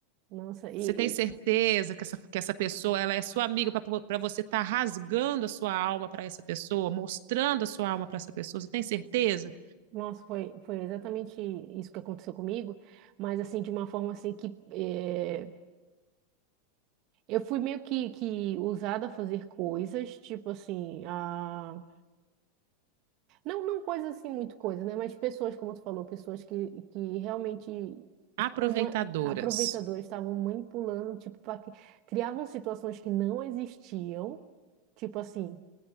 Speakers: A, on the right; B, on the right.
A: Nossa, e,
B: Você tem certeza que essa, que essa pessoa ela é sua amiga para você estar rasgando a sua alma para essa pessoa, mostrando a sua alma para essa pessoa? Você tem certeza?
A: Nossa, foi, foi exatamente isso que aconteceu comigo, mas assim, de uma forma assim que eh, eu fui meio que, que usada a fazer coisas, tipo assim, a... não, não coisas assim, muito coisa, né? Mas pessoas, como tu falou, pessoas que, que realmente estavam
B: Aproveitadoras.
A: ma- aproveitadoras, estavam manipulando, tipo, pra... que- criavam situações que não existiam, tipo assim.